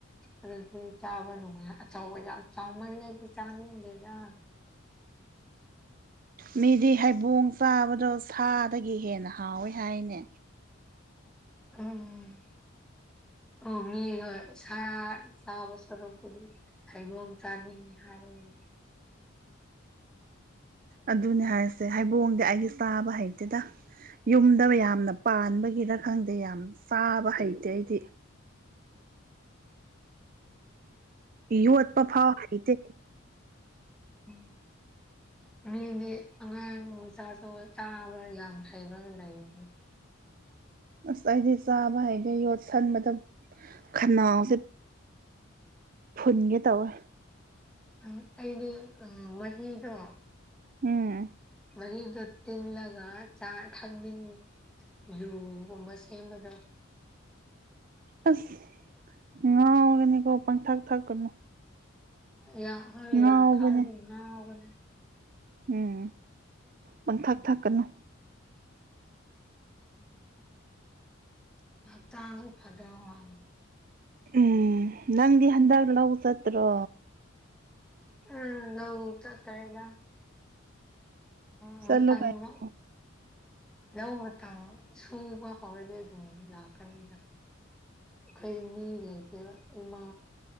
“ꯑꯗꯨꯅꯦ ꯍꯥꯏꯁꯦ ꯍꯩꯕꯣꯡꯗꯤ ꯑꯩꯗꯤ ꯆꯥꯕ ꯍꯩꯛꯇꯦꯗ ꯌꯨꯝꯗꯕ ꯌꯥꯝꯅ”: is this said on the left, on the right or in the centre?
Right